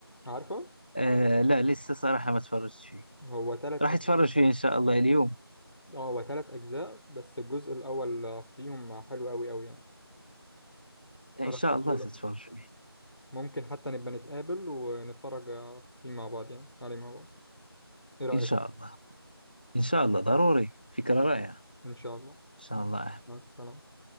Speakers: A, on the left; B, on the left.
A: عارفه
B: آه لا لسه صراحة ما تفرجت فيه
A: هو ثلاث
B: راح
A: اجزاء
B: اتفرج فيه ان شاء الله اليوم
A: اه هو تلات أجزاء بس الجزء الأول فيهم حلو أوي أوي يعني
B: ان
A: أرشحهولك
B: شاء الله ستفرج فيه
A: ممكن حتى نبقى نتقابل ونتفرج فيه مع بعض يعني عليه مع بعض إيه رأيك؟
B: ان شاء الله ان شاء الله ضروري فكرة
A: يعني
B: رائعة ان
A: إن شاء الله
B: شاء
A: مع
B: الله
A: مع السلامة